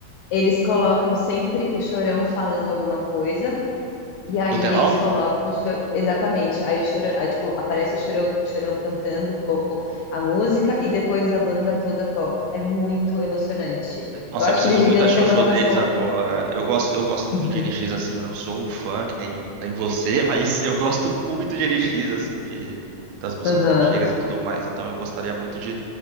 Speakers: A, on the left; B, on the right.
A: eles colocam sempre o Chorão falando alguma coisa e aí
B: No telão?
A: eles colocam o chorão. Exatamente. Aí o chorão, aí, tipo, aparece o chorão, chorão cantando um pouco a música e depois a banda toda toca. É muito emocionante.
B: Nossa,
A: Eu acho
B: eu preciso
A: que eles deviam
B: muito achar
A: ter
B: um
A: uma
B: show
A: relação
B: deles agora.
A: muito boa.
B: Eu gosto, eu gosto muito
A: Uhum.
B: de NX, assim. Eu não sou um fã, que nem, nem você, <laughs> mas eu gosto muito de NX, assim, de, das músicas
A: Aham.
B: antigas e tudo mais. Então eu gostaria muito de,